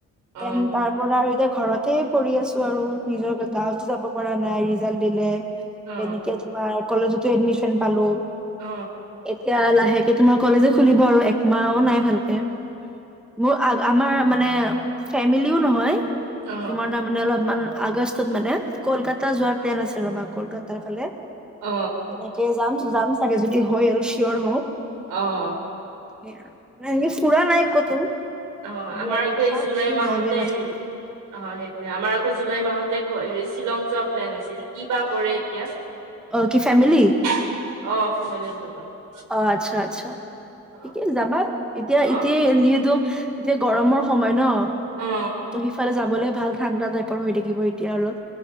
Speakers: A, on the right; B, in the centre.
A: অ
B: দেন তাৰ পৰা আৰু এতিয়া ঘৰতে পৰি আছো আৰু নিজৰ গাঁৱতো যাব পৰা নাই ৰিজাল্ট দিলে
A: অ
B: তেনেকে তোমাৰ কলেজতো এডমিচন পালোঁ
A: অ
B: এতিয়া লাহেকে তোমাৰ কলেজো খুলিব আৰু এক মাহো নাই ভালকে। মোৰ আ আমাৰ মানে ফেমিলিও নহয়
A: অ
B: তোমাৰ <unintelligible> মানে অলপমান আগষ্টত মানে কলকাতা যোৱাৰ প্লেন আছে ৰবা আমাৰ কলকাতাৰ ফালে।
A: অ
B: তেতিয়াই যাম। যাম চাগে যদি হয় আৰু চিয়ৰ হওঁ।
A: অ',
B: সেয়া <unintelligible> ফুৰা নাই কতো।
A: অঁ
B: কিন্তু
A: আমাৰ
B: আৰু
A: আকৌ এই
B: চাওঁ
A: জুলাই
B: কি
A: মাহতে
B: হয়গে লাষ্টত
A: অঁ সেইটোৱে আমাৰ আকৌ জুলাই মাহতে হেৰি শ্বিলং যোৱা প্লেন আছে এ কিবা কৰে এতিয়া। <inaudible>
B: অঁ কি ফেমিলি?
A: <inaudible> অঁ ফেমিলিৰ লগত।
B: অ আচ্ছা-আচ্ছা
A: অ
B: ঠিকে যাবা। এতিয়া
A: অ
B: এতিয়াই যিহেতু এতিয়া গৰমৰ সময় ন'
A: অ
B: ত' সিফালে যাবলৈ ভাল ঠাণ্ডা টাইপৰ হৈ থাকিব এতিয়া অলপ।